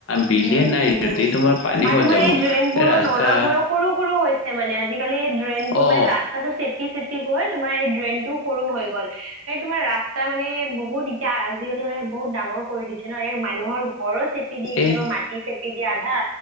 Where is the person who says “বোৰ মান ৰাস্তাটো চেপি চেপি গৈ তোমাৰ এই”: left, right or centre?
Right